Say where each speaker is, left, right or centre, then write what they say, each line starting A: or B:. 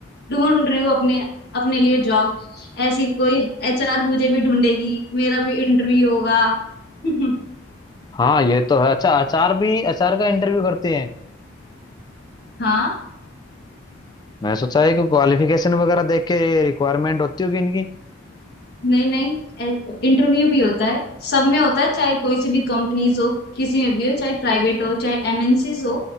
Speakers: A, on the left; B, on the left.
A: ढूंढ रही हूँ अपने अपने लिए जॉब ऐसी कोई एचआर मुझे भी ढूंढेगी मेरा भी इंटरव्यू होगा <laughs>
B: हाँ ये तो है अच्छा एचआर भी एचआर का इंटरव्यू करते हैं
A: हाँ
B: मैं सोचा है कि क्वालिफिकेशन वगैरह देख के रिक्वायरमेंट होती होगी इनकी
A: नहीं नहीं इंटरव्यू भी होता है सब में होता है चाहे कोई सी भी कंपनीज हो किसी में भी हो चाहे प्राइवेट हो चाहे एमएनसीज हो